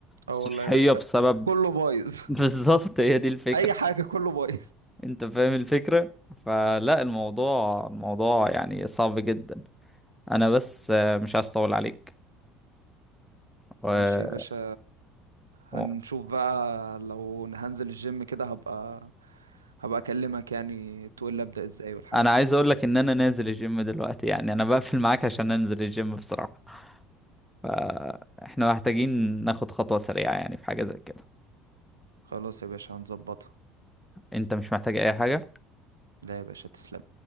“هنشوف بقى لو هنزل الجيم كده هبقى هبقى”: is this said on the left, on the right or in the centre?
Right